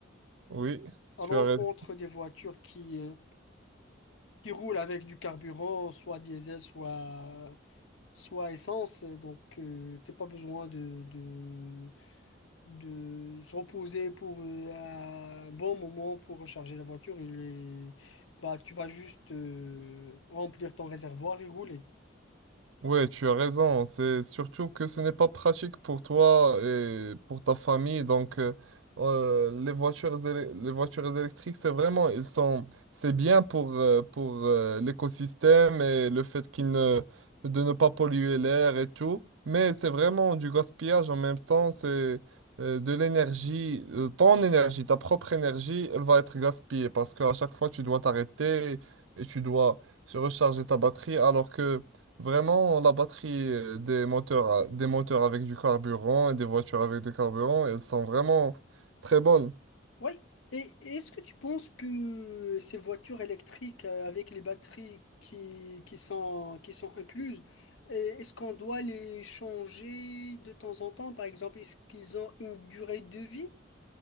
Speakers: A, on the right; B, on the left.
A: Oui,
B: À
A: tu
B: l'encontre
A: as raison.
B: des voitures qui euh, qui roule avec du carburant, soit diesel, soit, soit essence. Donc, euh, t'as pas besoin de, de, de se reposer pour euh, un bon moment pour recharger la voiture. Il est, bah, tu vas juste euh, remplir ton réservoir et rouler.
A: Ouais, tu as raison. C'est surtout que ce n'est pas pratique pour toi et pour ta famille. Donc, euh, euh, les voitures, éle- les voitures électriques, c'est vraiment, ils sont, c'est bien pour, euh, pour euh, l'écosystème et le fait qu'ils ne, de ne pas polluer l'air et tout. Mais c'est vraiment du gaspillage en même temps. C'est euh, de l'énergie, euh, ton énergie, ta propre énergie, elle va être gaspillée parce qu'à chaque fois, tu dois t'arrêter et tu dois recharger ta batterie alors que Vraiment, la batterie euh, des moteurs, à- des moteurs avec du carburant et des voitures avec du carburant, elles sont vraiment très bonnes.
B: Oui. Et est-ce que tu penses que ces voitures électriques euh, avec les batteries qui, qui sont, qui sont incluses, euh, est-ce qu'on doit les changer de temps en temps? Par exemple, est-ce qu'ils ont une durée de vie?